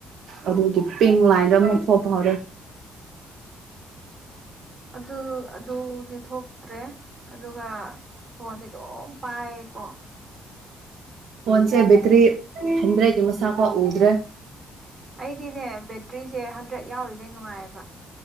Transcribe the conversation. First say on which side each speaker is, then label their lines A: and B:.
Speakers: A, on the right; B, on the right.
A: ꯑꯗꯨꯒꯤ ꯄꯤꯡ ꯂꯥꯏꯟꯗ ꯑꯃꯨꯛ ꯊꯣꯛꯄ ꯍꯧꯔꯦ
B: ꯑꯗꯨ ꯑꯗꯨꯗꯤ ꯊꯣꯛꯇ꯭ꯔꯦ ꯑꯗꯨꯒ ꯐꯣꯟꯗꯤ ꯑꯗꯨꯝ ꯄꯥꯏꯀꯣ
A: ꯑꯣꯟꯁꯦ ꯇ꯭ꯔꯤ ꯍꯗ꯭ꯔꯦ ꯇꯃꯁꯀꯋꯥ ꯎꯗ꯭ꯔꯦ
B: ꯑꯩꯗꯤꯅꯦ ꯕꯦꯇ꯭ꯔꯤꯁꯦ ꯍꯟꯗ꯭ꯔꯦꯗ ꯌꯥꯎꯔꯤꯈꯩ ꯅꯨꯡꯉꯥꯏꯌꯦꯕ